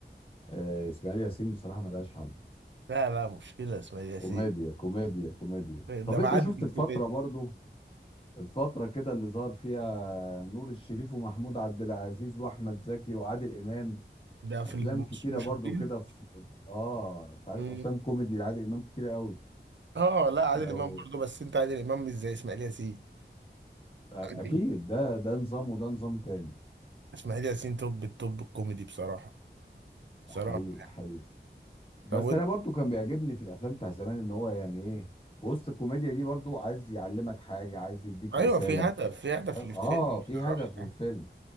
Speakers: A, on the left (about 30°); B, on the right (about 75°).
A: آه، اسماعيل ياسين بصراحة ملهاش حل
B: لا لا، مشكلة اسماعيل ياسين
A: كوميديا كوميديا كوميديا
B: ده
A: طب
B: معدي
A: انت شفت
B: الكوميديا
A: الفترة برضو الفترة كده اللي ظهر فيها نور الشريف ومحمود عبد العزيز واحمد زكي وعادل امام
B: ده في
A: افلام كتيرة
B: المشاهدين
A: برضو كده في اه انت عارف
B: مم.
A: افلام كوميدي لعادل امام كتيرة قوي
B: اه لا عادل
A: لو
B: امام برضه بس انت عادل امام مش زي اسماعيل ياسين
A: آه،
B: <clears throat>
A: اكيد ده ده نظام وده نظام تاني
B: اسماعيل ياسين توب التوب الكوميدي بصراحة بصراحة
A: ده حقيقي حقيقي بس
B: طب وانت
A: انا برضو كان بيعجبني في الافلام بتاع زمان ان هو يعني ايه في وسط الكوميديا دي برضو عايز يعلمك حاجة عايز يديك
B: ايوه
A: رسالة
B: في هدف في هدف
A: فاهم؟
B: للفيلم
A: اه في
B: بصراحة
A: هدف من الفيلم